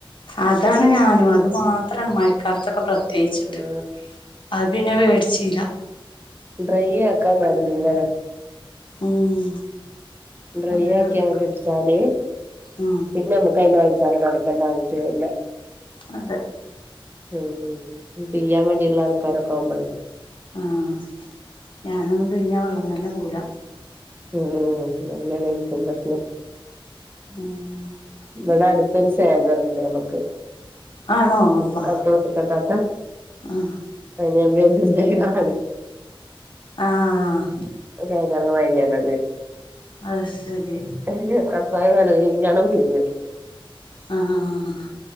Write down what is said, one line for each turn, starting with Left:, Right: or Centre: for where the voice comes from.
Left: അതാണ് ഞാനും അത് മാത്രവാണ് മഴക്കാലത്തൊക്കെ പ്രത്യേകിച്ചിട്ട്
Right: ആ
Left: അത് പിന്നെ മേടിച്ചില്ല
Right: ഡ്രൈ ആക്കാൻ അത് നല്ലതാ
Left: ഉം
Right: ഡ്രൈ
Left: അത്
Right: ആക്കി
Left: നടക്കും
Right: അങ്ങട്ട് എടുത്താല്
Left: ഉം
Right: പിന്നെ നമ്മക്ക് അയിന്റെ <unintelligible> നട ക്കണ്ട ആവശ്യമില്ല
Left: അതെ
Right: ഉം വീട്ടിലിരിക്കാൻ മടിയുള്ള ആൾക്കാരൊക്കെ ആവുമ്പളെ
Left: ആഹ് ഞാനൊന്നും പിഴിഞ്ഞാ വെള്ളം തന്നെ പോവൂല്ല
Right: ഉം ഇതുതന്നെയാണ് എനിക്കും പറ്റിയത്
Left: ഉം
Right: ഇവടെ അടുത്തൊരു സേവറുണ്ട് നമ്മുക്ക്
Left: ആണോ അള്ളാ
Right: അടുത്ത വീട്ടിത്തെ താത്ത
Left: ആഹ്
Right: അയിന് ഞാൻ വിചാരിച്ചു സേവറാന്ന്
Left: ആഹ്
Right: <unintelligible>
Left: അത് ശരി
Right: <unintelligible> നല്ലോണം തിന്നും
Left: ആഹ്